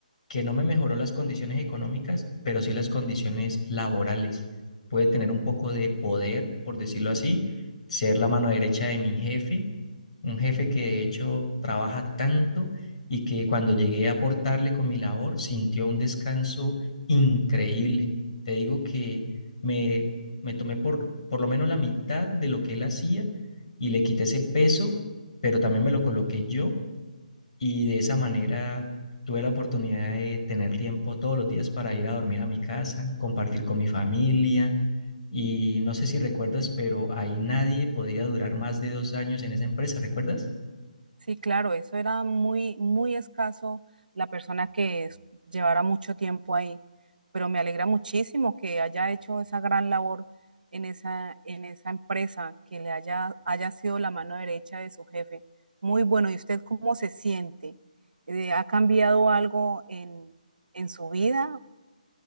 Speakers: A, on the left; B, on the right.
A: que no me mejoró las condiciones económicas, pero sí las condiciones laborales. Pude tener un poco de poder, por decirlo así, ser la mano derecha de mi jefe, un jefe que de hecho trabaja tanto y que cuando llegué a aportarle con mi labor sintió un descanso increíble. Te digo que me, me tomé por, por lo menos la mitad de lo que él hacía y le quité ese peso, pero también me lo coloqué yo y de esa manera tuve la oportunidad de tener tiempo todos los días para ir a dormir a mi casa, compartir con mi familia. Y no sé si recuerdas, pero ahí nadie podía durar más de dos años en esa empresa, ¿recuerdas?
B: Sí, claro, eso era muy, muy escaso la persona que es- llevara mucho tiempo ahí, pero me alegra muchísimo que haya hecho esa gran labor en esa, en esa empresa, que le haya, haya sido la mano derecha de su jefe. Muy bueno, ¿y usted cómo se siente? Eh, ¿ha cambiado algo en, en su vida